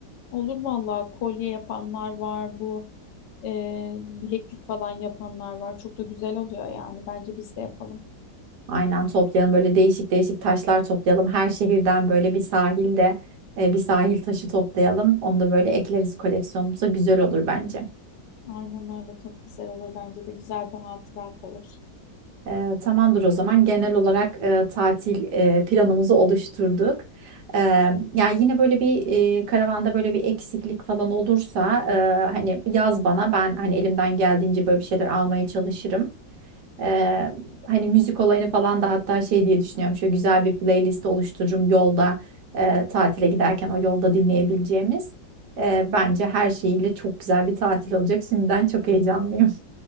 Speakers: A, on the left; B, on the right.
A: Olur vallahi kolye yapanlar var bu e, bileklik falan yapanlar var. Çok da güzel oluyor yani. Bence biz de yapalım.
B: Aynen toplayalım böyle değişik değişik taşlar toplayalım. Her şehirden böyle bir sahilde e, bir sahil taşı toplayalım. Onu da böyle ekleriz koleksiyonumuza güzel olur bence.
A: Aynen öyle çok güzel olur. Bence de güzel bir hatıra kalır.
B: E, tamamdır o zaman genel olarak e, tatil e, planımızı oluşturduk. E, yani yine böyle bir e, karavanda böyle bir eksiklik falan olursa e, hani yaz bana ben hani elimden geldiğince böyle bir şeyler almaya çalışırım. Ee, hani müzik olayını falan da hatta şey diye düşünüyorum. Şöyle güzel bir playlist oluştururum yolda e, tatile giderken o yolda dinleyebileceğimiz. Ee, bence her şeyiyle çok güzel bir tatil olacak. Şimdiden çok heyecanlıyım.